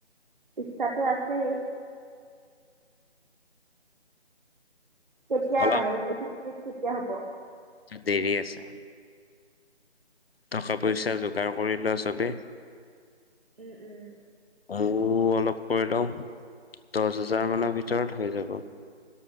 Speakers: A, on the right; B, on the left.
A: ইচ্ছাটো আছেই কেতিয়া
B: অলপ
A: মানে এইটো ট্ৰিপ কেতিয়া হ'ব?
B: দেৰি আছে। টকা -পইচা যোগাৰ কৰি লোৱা চবেই
A: উম উম
B: মোৰো অলপ কৰি লওঁ দহ হেজাৰ
A: অ',
B: মানৰ ভিতৰত হৈ যাব।